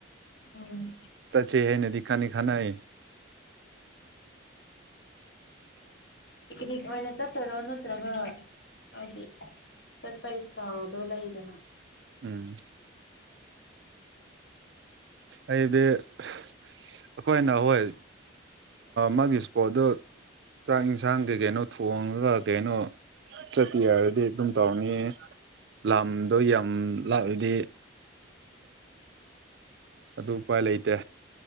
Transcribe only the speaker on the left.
ꯎꯝ
ꯄꯤꯛꯅꯤꯛ ꯑꯣꯏꯅ ꯆꯠꯇꯣꯏꯔ ꯅꯠꯇ꯭ꯔꯒ ꯍꯥꯏꯗꯤ ꯁꯠꯄꯁ ꯂꯩꯗꯅ